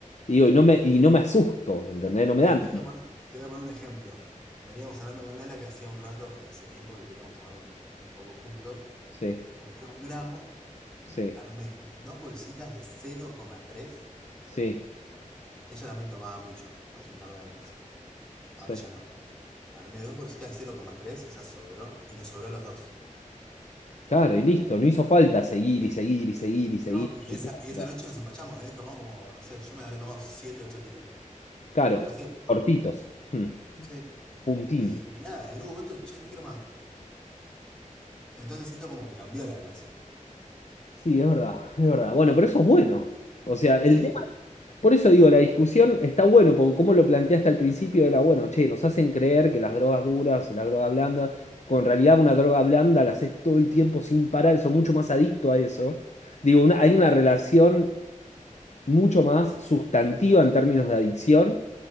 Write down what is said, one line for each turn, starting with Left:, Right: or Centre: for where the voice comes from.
Left: Digo, y no me, y no me asusto, ¿entendés? No me
Centre: Te,
Left: da
Centre: te voy
Left: miedo.
Centre: a poner, te voy a poner un ejemplo. Veníamos hablando con Lala que hacía un rato, hace tiempo que queríamos tomar un, un poco juntos.
Left: Sí,
Centre: Compré un gramo,
Left: sí,
Centre: armé dos bolsitas de cero coma tres
Left: sí,
Centre: Ella también tomaba mucho hace un par de años.
Left: sí.
Centre: Ahora ya no. Armé dos bolsitas de cero coma tres o sea, sobró, y nos sobró a los dos.
Left: Claro, y listo. No hizo falta seguir y seguir y seguir y seguir.
Centre: No, y
Left: y
Centre: esa,
Left: seguir.
Centre: y esa noche nos empachamos, ¿eh? Tomamos como, no sé, yo me habré tomado siete, ocho tiros.
Left: Claro,
Centre: Tirito así de puma,
Left: cortitos. Hmm,
Centre: sí.
Left: Puntín.
Centre: Y, y nada, en un momento, che, no quiero más. Entonces siento como que cambió la relación.
Left: Sí, es verdad, es verdad. Bueno, pero eso es bueno. O sea, el
Centre: Sí.
Left: Por eso digo, la discusión está bueno, porque como lo planteaste al principio, era bueno, che, nos hacen creer que las drogas duras y las drogas blandas, con realidad una droga blanda la haces todo el tiempo sin parar, sos mucho más adicto a eso. Digo, una- hay una relación mucho más sustantiva en términos de adicción